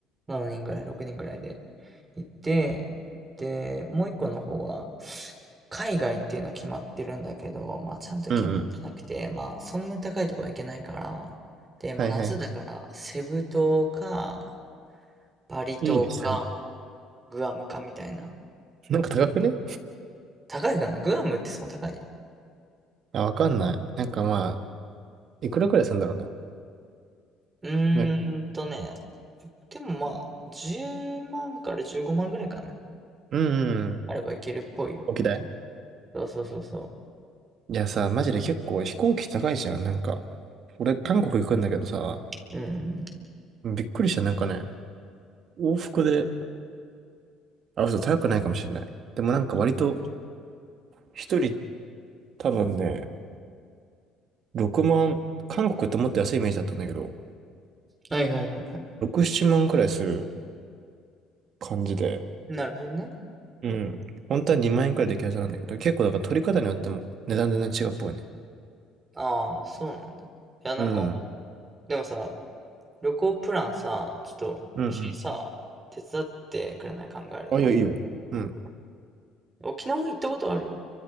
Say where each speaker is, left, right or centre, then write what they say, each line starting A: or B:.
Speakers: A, on the right; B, on the right.
A: 7人ぐらい、6人ぐらいで行って、で、もう1個の方は、海外っていうのは決まってるんだけど、まあ、ちゃんと決まってなくて、
B: うんうん。
A: まあ、そんな高いとこは行けないから、で、まあ、
B: はいはい。
A: 夏だから、セブ島か、バリ島か、
B: いいね、調べて
A: グアムかみたいな。
B: なんか高くね
A: 高いかなグアムってその高い
B: あ、わかんない。なんかまあ、いくらくらいするんだろうね。
A: うーんとね、
B: な
A: でもまあ、10万から15万ぐらいかな。
B: うんうん。
A: あればいけるっぽいよ。
B: 沖縄い
A: そうそうそうそ
B: やさ、マジで結構飛行機高いじゃん。なんか、俺韓国行くんだけどさ、
A: う。うん。
B: びっくりした。なんかね、往復で、あ、嘘、高くないかもしれない。でもなんか割と、一人多分ね、6万、韓国ってもっと安いイメージだったんだけど、
A: はいはいはいはい。
B: 6、7万くらいする感じで、
A: なるほどね。
B: うん。本当は2万円くらいできるはずなんだけど、結構だから取り方によっても値段全然違うっぽいね。
A: ああ、そうなんだ。いや、なんか、
B: うん。
A: でもさ、旅行プランさ、ちょっと一緒にさ、
B: うんうん。
A: 手伝ってくれない考えるの。
B: あ、いや、いいよ。うん。
A: 沖縄行ったことある